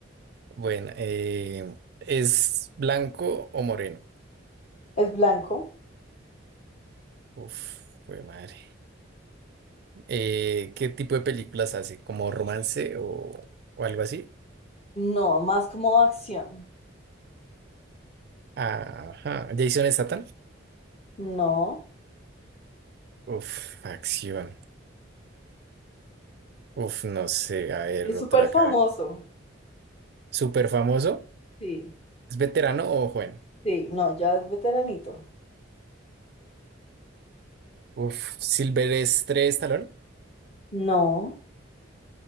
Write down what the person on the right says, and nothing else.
Bueno, eh, ¿es blanco o moreno?
Uf, fue madre. Eh, ¿qué tipo de películas hace? ¿Como romance o, o algo así?
Ajá. ¿Jason Statham?
Uf, acción. Uf, no sé. A ver,
otra
cara. ¿Súper famoso?
¿Es veterano o joven?
Uf, ¿Silvestre Stallone?